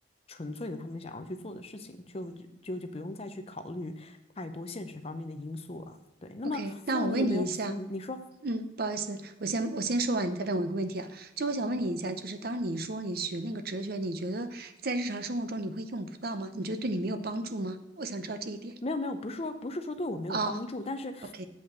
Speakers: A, on the left; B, on the right.
A: 纯粹的他们想要去做的事情，就就就不用再去考虑太多现实方面的因素了。对，那么那么你有没有嗯，
B: ，OK。那我问你一下，
A: 你说
B: 嗯，不好意思，我先我先说完，你再问我一个问题啊。就我想问你一下，就是当你说你学那个哲学，你觉得在日常生活中你会用不到吗？你觉得对你没有帮助吗？我想知道这一点。
A: 没有没有，不是说不是说对我没有帮助，
B: 啊。
A: 但是
B: o k